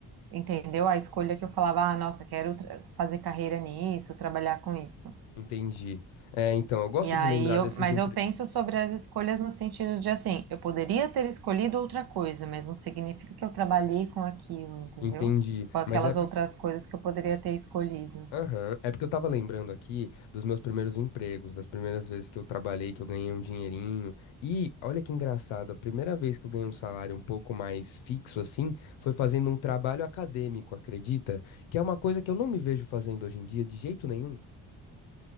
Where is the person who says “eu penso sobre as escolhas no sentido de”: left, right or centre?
Right